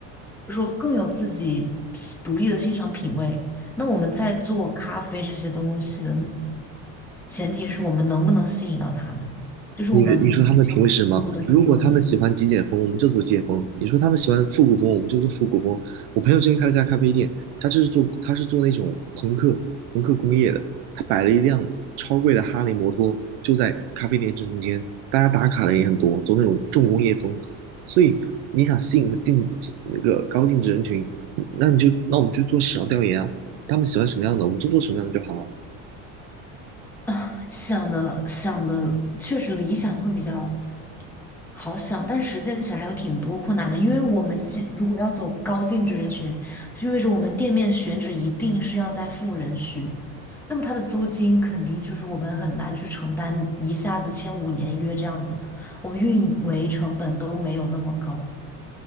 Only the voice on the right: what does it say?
你的你说他们的品味是什么？如果他们喜欢极简风，
我们就做极简风；你说他们喜欢复古风，我们就做复古风。我朋友之前开了家咖啡店，他就是做他是做那种朋克朋克工业的，他摆了一辆超贵的哈雷摩托，就在咖啡店正中间，大家打卡的人也很多，走那种重工业风。所以你想吸引进进那个高净值人群，那你就那我们就做市场调研啊，他们喜欢什么样的，我们就做什么样的就好了。